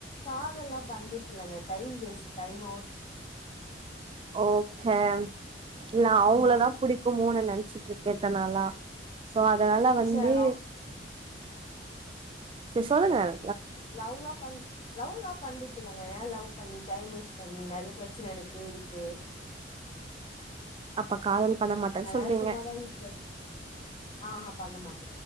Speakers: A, on the left; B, on the right.
A: காதலல்லாம் பண்ற இல்லங்க time waste time out
B: okay இல்ல அவங்களதா
A: ஆமா
B: புடிக்கும் மூணு நினைச்சிட்டு இருக்கேதனாளா சோ அதனால வந்து
A: ச லவ்
B: சே சொல்லுங்கள்
A: லவ் லா பண் லவ்லா பண்றதில்லங்க ஏ லவ் பண்ணி டைம் வேஸ்ட் பண்ணி நெறைய பிரச்சன எனக்கே இருக்கு
B: அப்ப காதல் பண்ண மாட்டன்
A: அதனால
B: சொல்றிங்க
A: சும்மாதா வீட்ல ஆஹா பண்ண மாட்